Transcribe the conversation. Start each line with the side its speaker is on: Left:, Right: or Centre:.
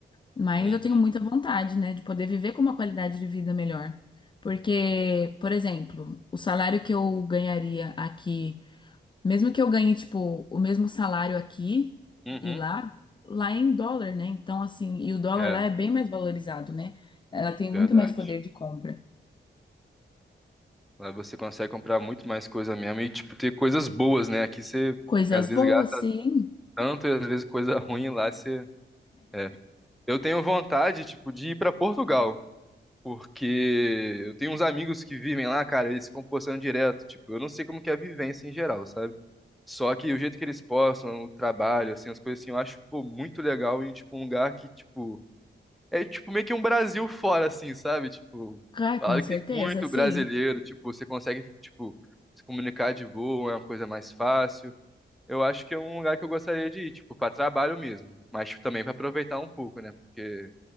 Left: Mas
Centre: uhum,
Left: eu tenho muita vontade, né, de poder viver com uma qualidade de vida melhor. Porque, por exemplo, o salário que eu ganharia aqui. Mesmo que eu ganhe, tipo, o mesmo salário aqui
Centre: uhum.
Left: e lá, lá é em dólar, né? Então, assim, e o dólar
Centre: É,
Left: lá é bem mais valorizado, né? Ela tem muito
Centre: verdade.
Left: mais poder de compra.
Centre: Lá você consegue comprar muito mais coisa mesmo e, tipo, ter coisas boas, né? Aqui você,
Left: Coisas
Centre: às vezes,
Left: boas,
Centre: gasta
Left: sim.
Centre: tanto e, às vezes, coisa <laughs> ruim lá você... É. Eu tenho vontade, tipo, de ir pra Portugal, porque eu tenho uns amigos que vivem lá, cara, eles ficam postando direto, tipo, eu não sei como que é a vivência em geral, sabe? Só que o jeito que eles postam, o trabalho, assim, as coisas assim, eu acho, pô, muito legal e, tipo, um lugar que, tipo... É tipo meio que um Brasil fora, assim, sabe? Tipo,
Left: Ai,
Centre: falaram
Left: com certeza,
Centre: que tem muito
Left: sim.
Centre: brasileiro, tipo, você consegue, tipo, se comunicar de boa, é uma coisa mais fácil. Eu acho que é um lugar que eu gostaria de ir, tipo, pra trabalho mesmo, mas tipo, também pra aproveitar um pouco, né? Porque